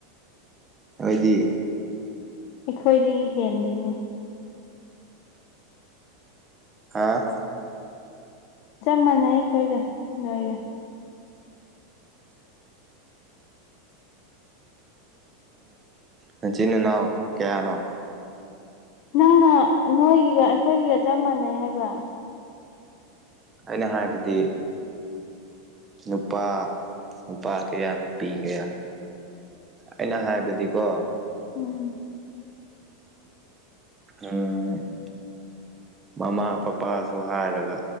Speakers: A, on the right; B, on the left.
A: ꯅꯣꯏꯗꯤ
B: ꯑꯩꯈꯣꯏꯗꯒꯤ ꯍꯦꯟꯗꯤꯦꯅꯦ
A: ꯍꯥꯥ
B: ꯆꯞ ꯃꯥꯟꯅꯩ ꯑꯩꯈꯣꯏꯒ ꯅꯣꯏꯒ
A: ꯃꯆꯤꯟ ꯏꯅꯥꯎ ꯀꯌꯥꯅꯣ
B: ꯅꯪꯅ ꯅꯣꯏꯒꯤꯒ ꯑꯩꯈꯣꯏꯒꯤꯒ ꯆꯞ ꯃꯥꯟꯅꯩ ꯍꯥꯏꯕ
A: ꯑꯩꯅ ꯍꯥꯏꯕꯗꯤ ꯅꯨꯄꯥ ꯅꯨꯄꯥ ꯀꯌꯥ ꯅꯨꯄꯤ ꯀꯌꯥ ꯑꯩꯅ ꯍꯥꯏꯕꯗꯤꯀꯣ
B: ꯎꯝ <unintelligible>
A: ꯎꯝ <unintelligible> ꯃꯃꯥ ꯄꯄꯥꯁꯨ ꯍꯥꯏꯔꯒ